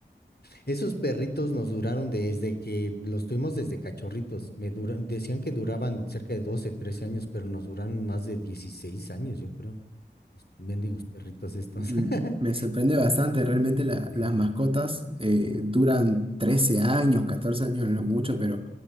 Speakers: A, on the left (about 65°); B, on the right (about 30°).
A: Esos perritos nos duraron desde que los tuvimos desde cachorritos. Me dura- decían que duraban cerca de 12, 13 años, pero nos duraron más de 16 años, yo creo. Los mendigos perritos estos.
B: Mm,
A: <laughs>
B: Me sorprende bastante, realmente la-
A: Sí.
B: las mascotas eh, duran 13 años, 14 años, no mucho, pero,